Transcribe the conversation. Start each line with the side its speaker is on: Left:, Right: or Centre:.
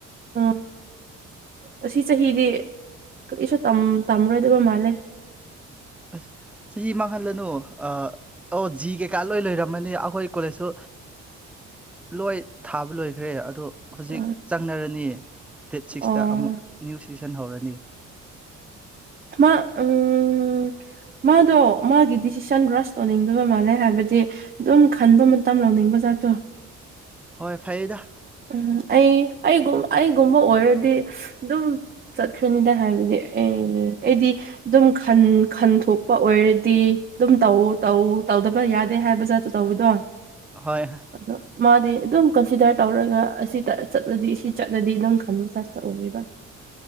Right: ꯎ ꯑꯁꯤ ꯆꯍꯤꯗꯤ ꯀꯔꯤꯁꯨ ꯇꯥꯝꯔꯣꯏꯗꯕ ꯃꯥꯜꯂꯦ
Centre: ꯑꯁ ꯆꯍꯤ ꯃꯥꯡꯍꯜꯂꯅꯨ ꯑꯣ ꯖꯤ ꯀꯩꯀꯥ ꯂꯣꯏ ꯂꯩꯔꯝꯃꯅꯤ ꯑꯩꯈꯣꯏ ꯀꯣꯂꯦꯖꯁꯨ ꯂꯣꯏ ꯊꯥꯕ ꯂꯣꯏꯈ꯭ꯔꯦ ꯑꯗꯣ ꯍꯧꯖꯤꯛ
Right: ꯑ
Centre: ꯆꯪꯅꯔꯅꯤꯌꯦ ꯗꯦꯠ ꯁꯤꯛꯁꯇ
Right: ꯑꯣ
Centre: ꯑꯃꯨꯛ ꯅ꯭ꯌꯨ ꯁꯤꯖꯟ ꯍꯧꯔꯅꯤ
Right: ꯃꯥ ꯎꯝ ꯃꯥꯗꯣ ꯃꯥꯒꯤ ꯗꯤꯁꯤꯁꯟ ꯔꯕ꯭ꯔꯁ ꯇꯧꯅꯤꯡꯗꯕ ꯃꯥꯜꯂꯦ ꯍꯥꯏꯕꯗꯤ ꯑꯗꯨꯝ ꯈꯟꯕ ꯃꯇꯝ ꯂꯧꯅꯤꯡꯕ ꯆꯠꯇꯣ
Centre: ꯍꯣꯏ ꯐꯩꯌꯦꯗ
Right: ꯎꯝ ꯑꯩꯒꯨꯝ ꯑꯩꯒꯨꯝꯕ ꯑꯣꯏꯔꯗꯤ ꯑꯗꯨꯝ ꯆꯠꯈ꯭ꯔꯅꯤꯗ ꯍꯥꯏꯕꯗꯤ ꯑꯦ ꯑꯩꯗꯤ ꯑꯗꯨꯝ ꯈꯟꯊꯣꯛꯄ ꯑꯣꯏꯔꯗꯤ ꯑꯗꯨꯝ ꯇꯧꯎ ꯇꯧ ꯇꯧꯗꯕ ꯌꯥꯗꯦ ꯍꯥꯏꯕꯖꯥ ꯑꯗꯨ ꯇꯧꯕꯗꯣ
Centre: ꯍꯣꯏ
Right: ꯑꯗꯣ ꯃꯥꯗꯤ ꯑꯗꯨꯝ ꯀꯜꯐꯤꯗꯔ, ꯇꯧꯔꯒ ꯑꯁꯤ ꯆꯠꯂꯗꯤ ꯁꯤ ꯆꯠꯂꯗꯤ ꯑꯗꯨꯝ ꯈꯟꯂ ꯆꯥ ꯇꯧꯒꯕ